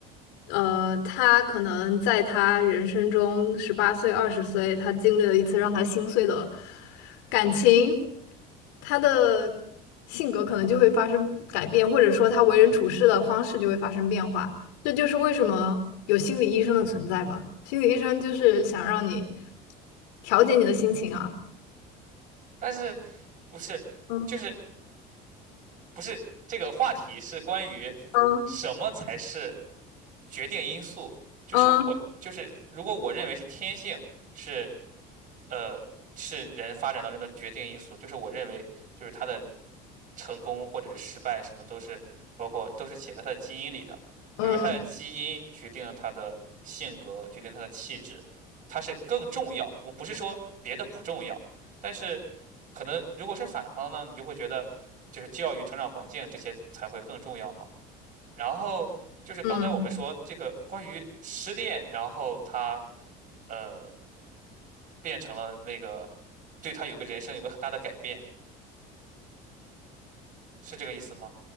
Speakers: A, on the left; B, on the right.
A: 呃，他可能在他人生中十八岁、二十岁，他经历了一次让他心碎的感情，他的性格可能就会发生改变，或者说他为人处事的方式就会发生变化。这就是为什么有心理医生的存在吧？心理医生就是想让你调节你的心情啊。
B: 但是不是就是
A: 嗯
B: 不是这个话题是关于
A: 嗯
B: 什么才是决定因素？就是我就是如果我认为是天性是
A: 嗯
B: 呃，是人发展当中的决定因素。就是我认为，就是他的成功或者是失败，什么都是包括都是写在他的基因里的，
A: 嗯
B: 就是他的基因决定了他的性格，决定他的气质，他是更重要。我不是说别的不重要，但是可能如果是反方呢，你就会觉得就是教育、成长环境这些才会更重要嘛。然后就是刚才我们说这个关于失恋，
A: 嗯，
B: 然后他呃变成了那个对他有个人生有个很大的改变，是这个意思吗？